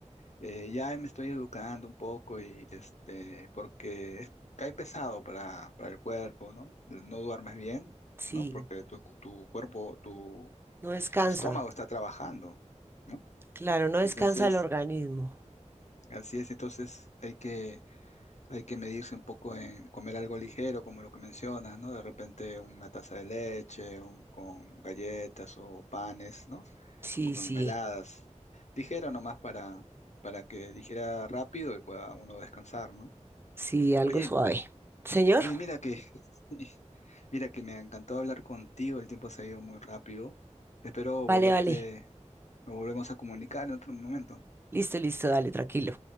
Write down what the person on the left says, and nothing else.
eh, ya me estoy educando un poco y este, porque es- cae pesado para, para el cuerpo, ¿no? No duermes bien,
¿no? Porque tu, tu cuerpo, tu
estómago está trabajando, ¿no?
Entonces,
así es. Entonces, hay que, hay que medirse un poco en comer algo ligero, como lo que mencionas, ¿no? De repente una taza de leche, un- con galletas o panes, ¿no?
como
mermeladas. Ligero nomás para, para que dijera rápido y pueda uno descansar, ¿no?
Oye,
oye, mira que, <laughs> mira que me encantó hablar contigo, el tiempo se ha ido muy rápido. Espero
volverte,
nos volvemos a comunicar en otro momento.